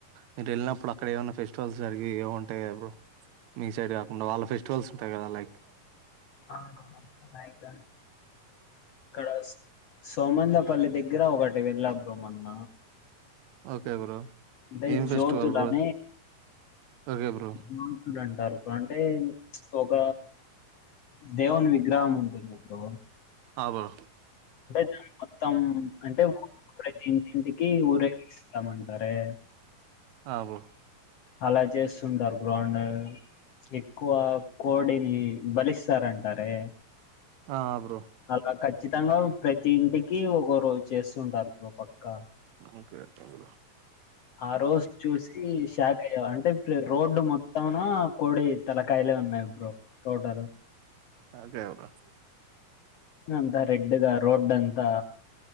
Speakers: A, on the right; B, on the left.
A: మీరు వెళ్ళినప్పుడు అక్కడ ఏమన్నా ఫెస్టివల్స్ జరిగి ఏముంటాయా బ్రో మీ సైడ్ కాకుండా వాళ్ళ ఫెస్టివల్స్ ఉంటాయి కదా లైక్
B: ఆహ్ లైక్ కడస్ సోమందిపల్లి దగ్గర ఒకటి వెళ్ళా బ్రో మొన్న
A: ఓకే బ్రో
B: అంటే
A: ఏం
B: జ్యోతులనే
A: ఫెస్టివల్ బ్రో ఓకే బ్రో
B: జ్యోతులు అంటారు అంటే ఒక దేవున్ విగ్రహం ఉంటుంది బ్రో
A: అబ్బో
B: అంటరెమొత్తం అంటే ఊరు ప్రతి ఇంటింటికి ఊరేగిస్తామంటారే
A: ఆ బ్రో
B: అలా చేస్తుంటారు గ్రౌండ్ ఎక్కువ కోడిని బలిస్తారంటారే
A: ఆ బ్రో
B: అలా ఖచ్చితంగా ప్రతి ఇంటికి ఒకో రోజు చేస్తుంటారు బ్రో పక్క
A: ఓకే ఓకే బ్రో
B: ఆ రోజు చూసి షాక్ అయ్యవా అంటే ఇట్లే రోడ్డు మొత్తాన కొడె తలకాయలే ఉన్నాయి బ్రో టోటల్
A: ఓకే బ్రో
B: అంతా రెడ్ గా రోడ్డు అంతా